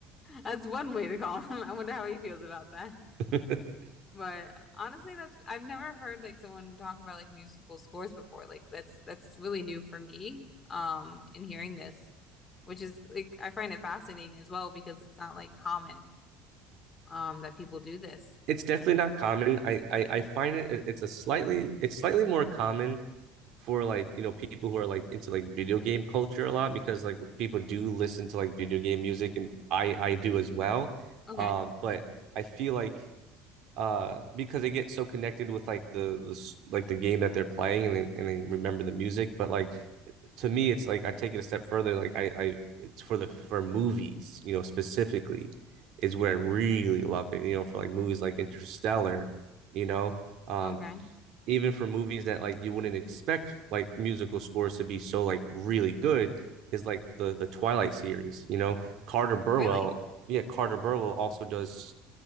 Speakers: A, on the left; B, on the right.
A: That's one way to call him. <laughs> I wonder how he feels about that.
B: <laughs>
A: But honestly, that's I've never heard like someone talk about like musical scores before. Like that's that's really new for me. Um, in hearing this, which is like I find it fascinating as well because it's not like common um that people do this.
B: it's definitely not common. I, I I find it it's a slightly it's slightly more common for like you know people who are like into like video game culture a lot because like people do listen to like video game music and I I do as well.
A: Okay.
B: Um, but I feel like uh because they get so connected with like the the s- like the game that they're playing and they, and they remember the music, but like to me it's like i take it a step further like i i it's for the for movies you know specifically is where i really love it you know for like movies like interstellar you know um
A: Okay.
B: even for movies that like you wouldn't expect like musical scores to be so like really good is like the the twilight series you know carter burwell
A: Really?
B: yeah carter burwell also does